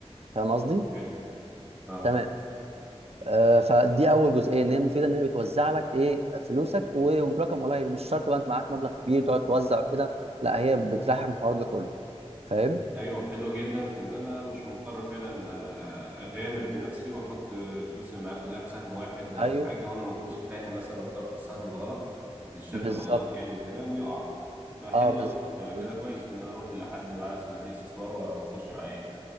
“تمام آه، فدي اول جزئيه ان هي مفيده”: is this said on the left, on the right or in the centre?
Right